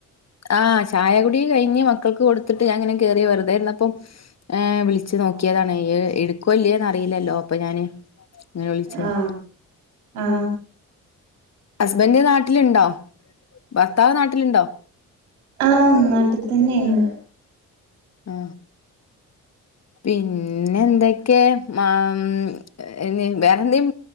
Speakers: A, on the left (about 35°); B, on the right (about 85°).
A: ആ ചായകുടി കഴിഞ്ഞ് മക്കൾക്ക് കൊടുത്തിട്ട് ഞാൻ ഇങ്ങനെ കേറി വെറുതെയിരുന്നപ്പം ഏ വിളിച്ച നോക്കിയതാണ് എടുക്കുവോ ഇല്ലയോന്ന് അറിയില്ലല്ലോ അപ്പൊ ഞാന് ഇങ്ങനെ വിളിച്ചതാ
B: ആ ആ
A: ഹസ്ബൻഡ് നാട്ടിലുണ്ടോ ഭർത്താവ് നാട്ടിലുണ്ടോ
B: ആ നാട്ടിതന്നെയാണ്
A: ആ പിന്നെന്തൊക്കെ മ അമ് നി വേറെന്തേം